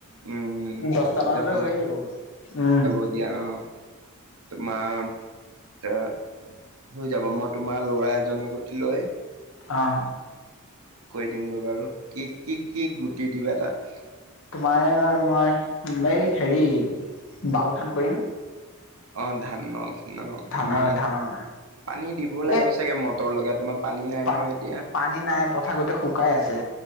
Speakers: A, on the right; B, on the left.
A: উম
B: দশটা
A: তেতিয়া
B: মানলৈ
A: ভাল
B: হৈয়ে
A: হ'ব
B: যাব গ'ল উম
A: <unintelligible> হৈ যাব মই তোমাৰ ল'ৰা এজননৰ গতি লৈ
B: অ',
A: কৈ দিমগৈ বাৰু কি কি কি গুটি দিবা তাত
B: তোমাৰ এইবাৰ মই এই হেৰি বাও ধান কৰিম
A: অ', ধান নক অ,
B: ধানৰ
A: উম
B: ধানৰ
A: পানী দিবও লাগিব
B: এ
A: চাগে মটৰ লগাই তোমাৰ পানী নাই
B: পা
A: নহয় এতিয়া
B: পানী নাই, পথাৰ গোতে শুকাই আছে